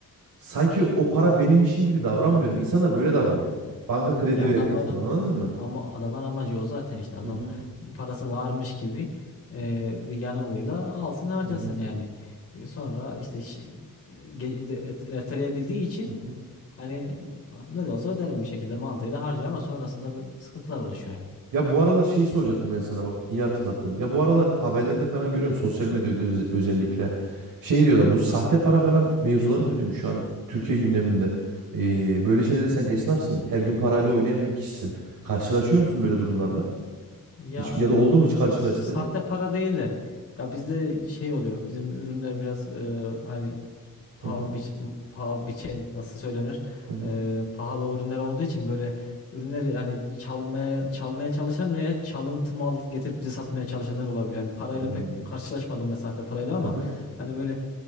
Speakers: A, on the right (about 70°); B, on the left (about 40°).
A: sanki o para benimmişim gibi davranmıyorum. İnsanlar böyle davranıyor. Banka kredi
B: Ya adamların
A: verdiği zaman anladın mı?
B: ama adamın amacı o zaten işte adam
A: Hı hı.
B: parası varmış gibi e, bir yanılgıyla alsın harcasın
A: Hı hı.
B: yani. E, sonra işte şi- ge- de- et- erteleyebildiği için
A: hı hı.
B: hani e, ne de olsa öderim bir şekilde mantığıyla harcıyor ama sonrasında bir sıkıntılar oluşuyor yani.
A: Ya bu aralar şeyi soracaktım ben sana bak iyi hatırlattın. Ya bu aralar haberlerde falan görüyorum sosyal medyada öz- özellikle. Şey diyorlar bu sahte para falan mevzuları dönüyormuş şu an Türkiye gündeminde. Ee, böyle şeylere sen esnafsın her gün parayla oynayan bir kişisin. Karşılaşıyor musun böyle durumlarla?
B: Ya
A: Hiç, ya da oldu mu hiç
B: e,
A: karşılaştığın?
B: sahte para değil de ya bizde şey oluyor. Bizim ürünler biraz e, hani paha,
A: Hı hı
B: biç, paha biçen nasıl söylenir?
A: hı hı.
B: Ee, pahalı ürünler olduğu için böyle ürünleri hani çalmaya çalmaya çalışan veya çalıntı mal getirip bize satmaya çalışanlar olabilir. Hani parayla
A: Hmm,
B: pek karşılaşmadım ben sahte parayla ama
A: hı hı.
B: hani böyle